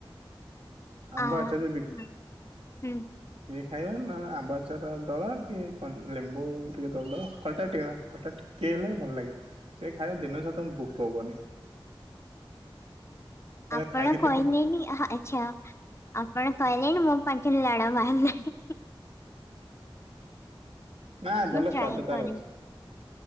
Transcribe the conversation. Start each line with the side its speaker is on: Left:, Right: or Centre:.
Right: ଆମ୍ବ
Left: ଆ
Right: ଆଚାର ବି ସେ
Left: ହଁ, ହୁଁ
Right: ଖାଇବା ନା ଆମ୍ବାଚାର ଦଳ କି ଲେମ୍ବୁ ଟିକେ ଦଳ ଦବା ଖଟା ଟିକେ ଖଟା ଟି ତି ହେଲେ ଭଲ ଲାଗିବ ସେ <unintelligible> ଦିନ ସାଆ ତମକୁ ଭୋକ ହବନି। ଥରେ
Left: ଆପଣ
Right: ଖାଇକି
Left: କହିଲେଣି
Right: ଦେଖ
Left: ଆଚ୍ଛା ଆପଣ କହିଲେଣି ମୋ ପାଟିରୁ ଲାଳ ବାହାରିଲାଣି।
Right: ନା ଭଲ
Left: ମୁଁ ଟ୍ରାଏ
Right: ସ୍ୱାଦତାର
Left: କରିବି
Right: ଅଛି।